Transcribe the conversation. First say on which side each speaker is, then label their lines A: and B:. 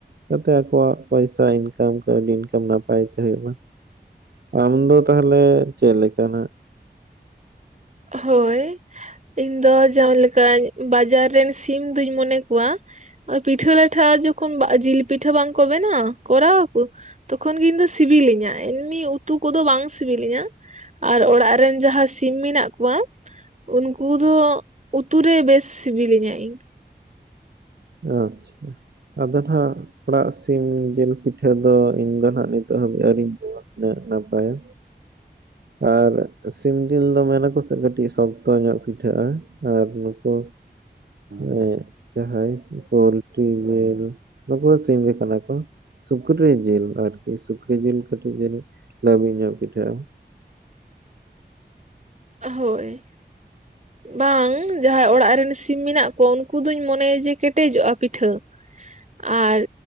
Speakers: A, on the right; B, on the right.
A: ᱡᱟᱛᱮ ᱟᱠᱚᱣᱟᱜ ᱯᱚᱭᱥᱟ ᱤᱱᱠᱟᱢ ᱠᱟᱹᱣᱰᱤ ᱤᱱᱠᱟᱢ ᱱᱟᱯᱟᱭ ᱛᱮ ᱦᱩᱭᱩᱜ ᱢᱟ᱾ ᱟᱢ ᱫᱚ ᱛᱟᱦᱚᱞᱮ ᱪᱮᱫ ᱞᱮᱠᱟᱱᱟᱜ?
B: ᱦᱳᱭ ᱤᱧ ᱫᱚ ᱡᱟᱦᱟᱸ ᱞᱮᱠᱟ ᱵᱟᱡᱟᱨ ᱨᱮᱱ ᱥᱤᱢ ᱫᱩᱧ ᱢᱚᱱᱮ ᱠᱚᱣᱟ, ᱯᱤᱴᱷᱟᱹ ᱞᱟᱴᱷᱟ ᱡᱚᱠᱷᱚᱱ ᱡᱤᱞ ᱯᱤᱴᱟᱹ ᱵᱟᱝ ᱠᱚ ᱵᱮᱱᱟᱣ ᱠᱚᱨᱟᱣᱟ ᱠᱚ ᱛᱚᱠᱷᱚᱱ ᱜᱮ ᱤᱧ ᱫᱚ ᱥᱤᱵᱤᱞᱤᱧᱟ, ᱮᱢᱱᱤ ᱩᱛᱩ ᱠᱚᱫᱚ ᱵᱟᱝ ᱥᱤᱵᱤᱞᱤᱧᱟ᱾ ᱟᱨ ᱚᱲᱟᱜ ᱨᱮᱱ ᱡᱟᱦᱟᱸ ᱥᱤᱢ ᱢᱮᱱᱟᱜ ᱠᱚ ᱠᱚᱣᱟ ᱩᱱᱠᱩ ᱫᱚ ᱩᱛᱩ ᱨᱮ ᱵᱮᱥ ᱥᱤᱵᱤᱞᱤᱧᱟ ᱤᱧ᱾
A: ᱟᱪᱪᱷᱟ ᱟᱫᱚ ᱱᱷᱟᱜ ᱚᱲᱟᱜ ᱥᱤᱢ ᱡᱤᱞ ᱯᱤᱴᱷᱟᱹ ᱫᱚ ᱤᱧ ᱫᱚ ᱱᱷᱟᱜ ᱱᱤᱛᱚᱜ ᱦᱟᱹᱵᱤᱡ ᱟᱨᱤᱧ ᱡᱚᱢᱟ᱾ ᱩᱱᱟ. ᱜ ᱱᱟᱯᱟᱭᱟ ᱟᱨ ᱥᱤᱢ ᱡᱤᱞ ᱫᱚ ᱢᱮᱱᱟ ᱠᱚ ᱥᱮ ᱠᱟᱹᱴᱤᱡ ᱥᱚᱠᱛᱚ ᱧᱚᱜ ᱯᱤᱴᱷᱟᱹᱜᱼᱟ ᱟᱨ ᱱᱩᱠᱩ ᱦᱮᱸ ᱡᱟᱦᱟᱸᱭ ᱯᱳᱞᱴᱨᱤ ᱡᱤᱞ ᱱᱩᱠᱩ ᱥᱤᱢ ᱜᱮ ᱠᱟᱱᱟ ᱠᱚ᱾ ᱥᱩᱠᱨᱤ ᱡᱤᱞ ᱟᱨᱠᱤ ᱥᱩᱠᱨᱤ ᱡᱤᱞ ᱠᱟᱹᱴᱤᱡ, ᱡᱟᱹᱱᱤᱡ ᱞᱟᱹᱵᱤᱫ ᱧᱚᱜ ᱯᱤᱴᱷᱟ. ᱜᱼᱟ᱾
B: ᱦᱳᱭ
A: <unintelligible>
B: ᱵᱟᱝ ᱡᱟᱦᱟᱸᱭ ᱚᱲᱟᱜ ᱨᱮᱱ ᱥᱤᱢ ᱢᱮᱱᱟᱜ ᱠᱚᱣᱟ ᱩᱱᱠᱩ ᱫᱚᱧ ᱢᱚᱱᱮᱭᱟ ᱡᱮ ᱠᱮᱴᱮᱡᱚᱜᱼᱟ ᱯᱤᱴᱷᱟᱹ᱾ ᱟᱨ